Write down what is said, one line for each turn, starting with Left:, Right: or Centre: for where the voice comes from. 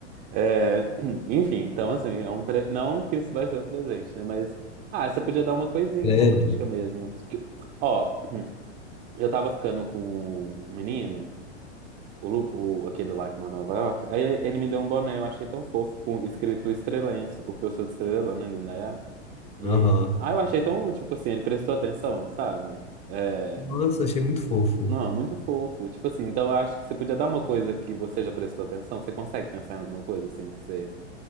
Right: É, <clears throat> enfim, então assim, é um pre... não que isso vai ser o presente, né? Mas, ah, você podia dar uma coisinha
Left: Credo.
Right: romântica mesmo. Que- Ó, eu tava ficando com um menino, o, Lu- o- aquele lá que mora em Nova York, aí ele me deu um boné, eu achei tão fofo, com escrito Estrelense, porque eu sou de Estrelândia, né, do Indaiá. E,
Left: Aham.
Right: ah, eu achei tão, tipo assim, ele prestou atenção, sabe? É,
Left: Nossa, achei muito fofo.
Right: Não, muito fofo. Tipo assim, então eu acho que você podia dar uma coisa que você já prestou atenção. Você consegue pensar em alguma coisa assim que você,